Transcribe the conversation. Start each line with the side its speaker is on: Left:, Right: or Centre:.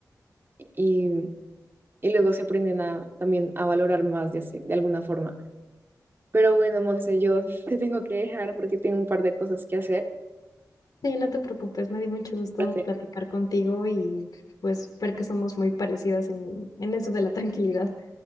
Right: y, y luego se aprenden a, también a valorar más de, hace- de alguna forma. Pero bueno, Monse, yo <laughs> te tengo que dejar porque tengo un par de cosas que hacer.
Left: Sí, no te preocupes, me dio mucho gusto
Right: placer.
Left: platicar contigo y pues ver que somos muy parecidas en, en eso de la tranquilidad.